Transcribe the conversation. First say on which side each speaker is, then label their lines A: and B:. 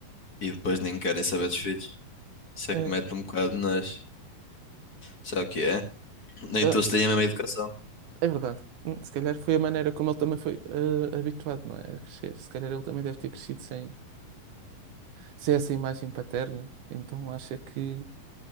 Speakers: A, on the left; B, on the right.
A: e depois nem querem saber dos filhos. Isso
B: <laughs>
A: é que mete um bocado nas. Sabe o que é? Nem
B: Ah,
A: todos têm a mesma educação.
B: é verdade. Hum, Se calhar foi a maneira como ele também foi ah, habituado, não é? A crescer. Se calhar ele também deve ter crescido sem, sem essa imagem paterna. Então acha que